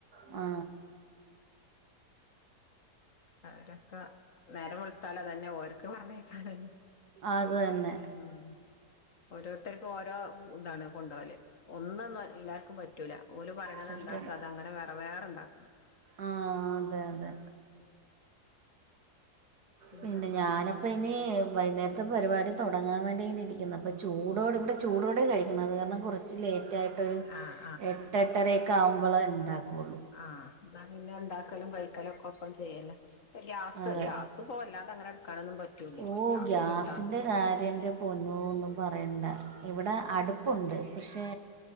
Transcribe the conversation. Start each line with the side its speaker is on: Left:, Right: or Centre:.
Right: ആ
Left: അവരൊക്കെ നേരം വെളുത്താലതന്നെ ഓരക്ക് പറഞ്ഞേക്കാനല്ലേ
Right: അത്
Left: പോയിരിക്ക്
Right: തന്നെ
Left: ഉം ഓരോരുത്തർക്കും ഓരോ ഇതാണ് കൊണ്ടോവല് ഒന്നന്നും എല്ലാർക്കും പറ്റൂല ഓല് പറയണതെന്താച്ച
Right: പറ്റൂല
Left: അതങ്ങനെ വേറെ വേറെ ഇണ്ടാക്കണം
Right: ആഹ് അതെ അതെ
Left: പിന്നെന്താ
Right: പിന്നെ ഞാനപ്പ ഇനി വൈകുന്നേരത്തെ പരിപാടി തുടങ്ങാൻ വേണ്ടി ഇങ്ങനെ ഇരിക്കുന്നു അപ്പ ചൂടോട് ഇവിടെ ചൂടോടെ കഴിക്കണേ അതു കാരണം കുറ ച്ച് ലേറ്റായിട്ടൊരു
Left: ആഹ്
Right: എട്ട് എട്ടരയൊക്കെ ആവുമ്പളാ ഇണ്ടാക്കൂ
Left: ആ എന്നാ പിന്നെ ഇണ്ടാക്കലും കഴിക്കലും ഒക്കെ ഒപ്പം ചെയ്യാലോ ഇപ്പ ഗ്യാസ്
Right: അതെ
Left: ഗ്യാസ് ഇപ്പോ വല്ലാതെ അങ്ങനെ എടുക്കാനൊന്നും പറ്റൂല
Right: ഓ
Left: ഗ്യാസ്
Right: ഗ്യാസിൻ്റെ
Left: കിട്ടാൻ
Right: കാര്യം എൻ്റെ പൊന്നോ ഒന്നും പറയണ്ട. ഇവിടെ അടുപ്പുണ്ട് പക്ഷേ